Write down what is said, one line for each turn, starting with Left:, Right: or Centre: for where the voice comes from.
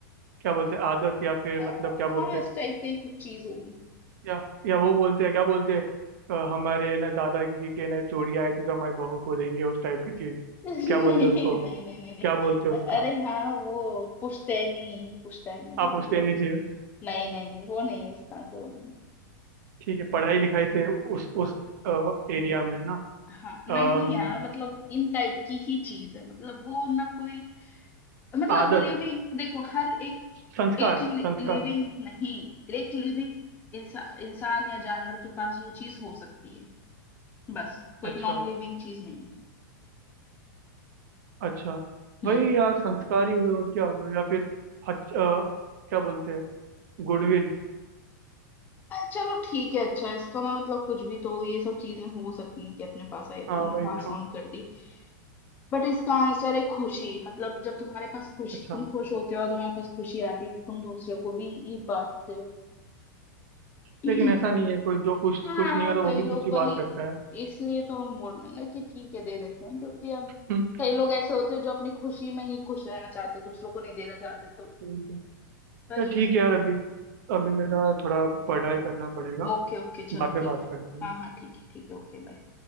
Right: क्या बोलते हैं आदत या फिर
Left: अ,
Right: मतलब क्या
Left: हाँ
Right: बोलते हैं
Left: इस टाइप की कुछ चीज होगी
Right: या या वो बोलते हैं क्या बोलते हैं अ, हमारे ना दादाजी के ना चोरी आई थी तो हमारी बहू को देंगे उस टाइप की चीज
Left: <laughs> नहीं
Right: क्या बोलते
Left: नहीं
Right: हैं उसको
Left: नहीं नहीं नहीं
Right: क्या बोलते हैं उसको
Left: अरे हाँ वो पुश्तैनी पुश्तैनी
Right: आप उससे
Left: जो
Right: नहीं
Left: भी
Right: चीज
Left: नहीं नहीं नहीं वो नहीं है इसका आंसर वो नहीं है
Right: ठीक है पढ़ाई लिखाई से उस उस एरिया में ना
Left: हाँ नहीं
Right: अम,
Left: यार मतलब इन टाइप की ही चीज है मतलब वो ना कोई मतलब
Right: आदत
Left: लिविंग देखो हर एक
Right: संस्कार
Left: एक
Right: संस्कार
Left: लिविंग नहीं एक लिविंग इंसा, इंसान या जानवर के पास वो चीज हो सकती है बस कोई
Right: अच्छा
Left: नॉन लिविंग चीज नहीं है
Right: अच्छा
Left: हम्म
Right: वही यार संस्कार ही हुए और क्या हुए या फिर हच, अ, क्या बोलते हैं गुडविल
Left: अ, चलो ठीक है अच्छा इसका मैं मतलब कुछ भी तो ये सब चीजें हो सकती हैं कि अपने पास आई अपन
Right: हाँ
Left: ने
Right: वही
Left: पास
Right: तो
Left: ऑन कर दी बट इसका आंसर है खुशी मतलब जब तुम्हारे पास खुशी
Right: अच्छा
Left: तुम खुश होते हो और तुम्हारे पास खुशी आती है तो तुम दूसरे को भी ये बांटते हो <clears throat>
Right: लेकिन ऐसा नहीं है कोई जो खुश
Left: हाँ
Right: खुश नहीं होता वो
Left: कई
Right: भी खुशी
Left: लोग वही
Right: बांट सकता है
Left: इसलिए तो हम बोल रहे हैं ना कि ठीक है दे देते हैं क्योंकि अब
Right: हम्म,
Left: कई लोग ऐसे होते हैं जो अपनी खुशी में ही खुश रहना चाहते दूसरों को नहीं देना चाहते तो
Right: ठीक है
Left: वही
Right: यार ठीक
Left: है
Right: है यार अभी अभी मेरा थोड़ा पढ़ाई करना पड़ेगा
Left: ओके ओके
Right: बाद
Left: चलो
Right: में
Left: ठीक
Right: बात
Left: है
Right: करते हैं
Left: हाँ हाँ ठीक है ठीक है ओके बाय